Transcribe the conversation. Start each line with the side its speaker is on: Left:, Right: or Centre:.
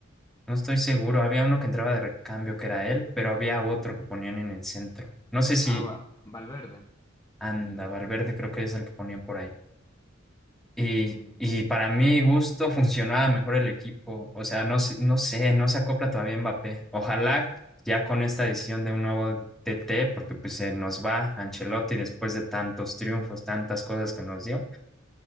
Centre: no estoy seguro. Había uno que entraba de recambio que era él, pero había otro que ponían en el centro. No sé si
Left: ah, Va- Valverde.
Centre: Anda, Valverde creo que es el que ponían por ahí. Y,
Left: mm,
Centre: y para mi gusto <laughs> funcionaba mejor el equipo. O sea, no, sé- no sé, no se acopla todavía Mbappé. Ojalá ya con esta decisión de un nuevo TT, porque pues se nos va Ancelotti después de tantos triunfos, tantas cosas que nos dio,